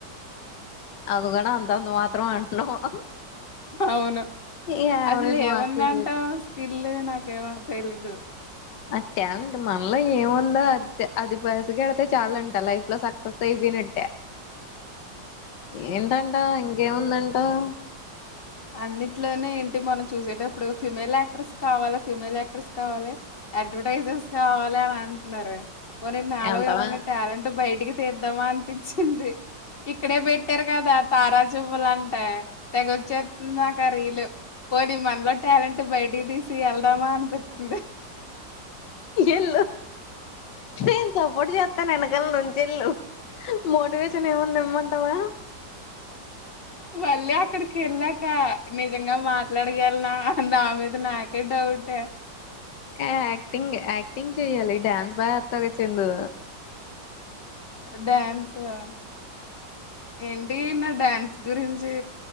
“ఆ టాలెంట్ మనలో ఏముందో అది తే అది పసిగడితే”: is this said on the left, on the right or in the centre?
Left